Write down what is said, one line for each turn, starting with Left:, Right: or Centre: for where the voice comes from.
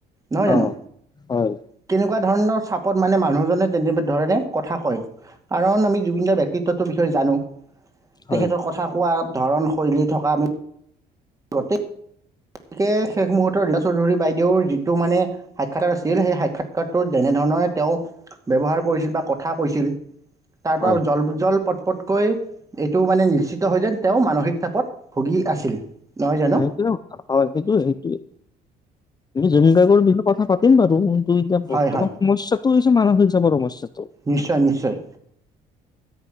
Right: নহয় জানো,
Left: অ' হয়
Right: কিন এনেকুৱা ধৰণৰ চাপত মানে মানুহজনে তেনেধৰণে কথা কয়, কাৰণ আমি জুবিনদাৰ ব্যক্তিত্বটোৰ বিষয়ে জানো।
Left: হয়
Right: তেখেতৰ কথা কোৱাত ধৰণ শৈলী থকা আমি গোটেই গতিকে শেষ মুহূৰ্ত ৰীতা চৌধুৰী বাইদেউৰ যিটো মানে সাক্ষাৎকাৰ আছিল, সেই সাক্ষাৎকাৰটোত যেনেধৰণে তেওঁ ব্যৱহাৰ কৰিছিল বা কথা কৈছিল তাৰ
Left: হয়
Right: পৰা জল-জল প তকৈ এইটো মানে নিশ্চিত হয় যেন তেওঁ মানসিক চাপত ভুগি আছিল। নহয় জানো
Left: সেইটোও হয়। সেইটোৱ-সেইটোৱে। তুমি জুবিন গাৰ্গৰ বিষয় কথা পা তিন বাৰু এতিয়া
Right: হয়
Left: বৰ্তমান
Right: হয়
Left: সমস্যাটো হৈছে মানসিক চাপৰ সমস্যাটো।
Right: নিশ্চয় নিশ্চয়